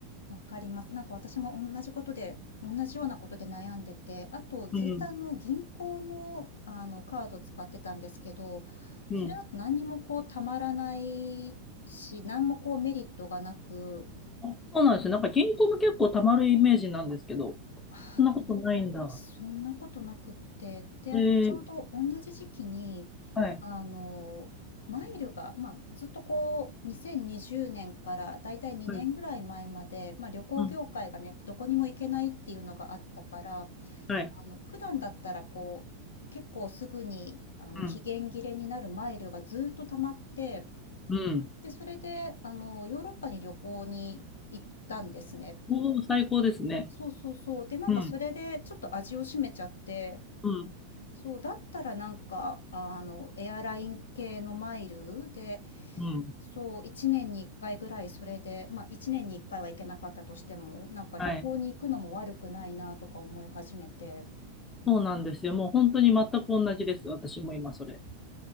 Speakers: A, on the left; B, on the left.
A: わかります。なんか私も同じことで、同じようなことで悩んでて、あとずっとあの銀行の、
B: うん、
A: あのカード使ってたんですけど、
B: うん。
A: それだと何もこうたまらないし、何もこうメリットがなく、
B: あ、そうなんですよ。なんか銀行も結構たまるイメージなんですけど、
A: ああ、
B: そんなことないんだ。
A: どうそんなことなくって、で、
B: えー、
A: あとちょうど同じ時期に、
B: はい、
A: あの、マイルが、まあ、ずっとこう、2020年からだいたい2年ぐらい前まで、
B: はい、うん、
A: まあ、旅行業界がね、
B: うん、
A: どこにも行けないっていうのがあったから、あ
B: うんはい、
A: の、普段だったらこう、結構すぐに、あの、
B: うん、
A: 期限切れになるマイルがずっと溜まって、
B: うん。
A: で、それで、あの、ヨーロッパに旅行に行ったんですね。
B: おお、最高ですね。
A: そうそうそう。で、なんかそれでちょっと味を占めちゃって、
B: うん、うん、
A: そう、だったらなんか、あの、エアライン系のマイルで、
B: うん。
A: そう、1年に1回ぐらいそれで、まあ1年に1回は行けなかったとしても、なんか旅行に行くのも悪くないなとか思い始めて、
B: はい。そうなんですよ。もう本当に全く同じです。私も今それ。